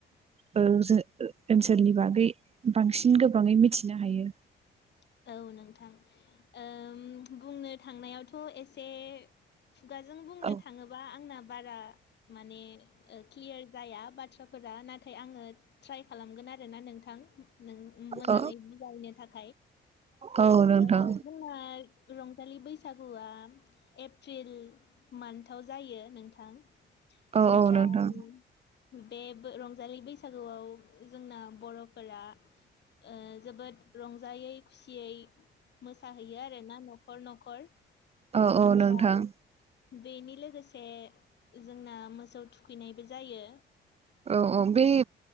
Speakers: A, on the right; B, on the left.
A: ओ जो ओनसोलनि बागै बांसिन गोबाङै मिथि नो हायो
B: <inaudible> औ नोंथां ओम बुंनो थांनायावथ' एसे खुगाजों बुंनो
A: औ
B: थाङोबा आंना बारा माने क्लियार जाया बाथ्रा फोरा नाथाय आङो ट्राइ खालामगोन आरोना नोंथां नों-मोजाङै
A: औ
B: बाजायनो थाखा य
A: औ नोंथां
B: ओ जोंहा रंजालि बैसा सागुवा एप्रिल मान्थाव जायो नोंथां
A: औ
B: ओमफ्राय
A: औ नोंथां
B: बे रंजालि बैसागुआव जोंना बर' फोरा ओ जोबोद रंजायै खुसियै मोसाहैयो आरो ना न'खर न'खर
A: औ औ
B: ओमफ्राय
A: नोंथां
B: बेनि लोगोसे जोंना मोसौ थुखैनायबो जायो।
A: औ औ बे